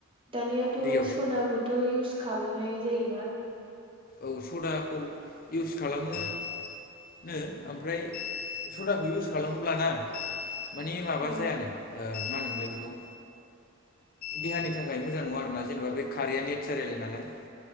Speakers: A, on the right (about 25°); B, on the left (about 40°).
A: दानियाथ'
B: दैयाव
A: सदाबोथ'
B: सोम
A: इउस खालामनाय जायोना
B: औ सदाखौ इउस खालामो नो ओमफ्राय सदाखौ इउस खालामोब्ला ना माने माबा
A: औ
B: जायानो ओ मा होनोमोनलाय बेखौ देहानि थाखाय मोजां नङा आरोना जेनेबा बे खारैया नेचारेल नालाय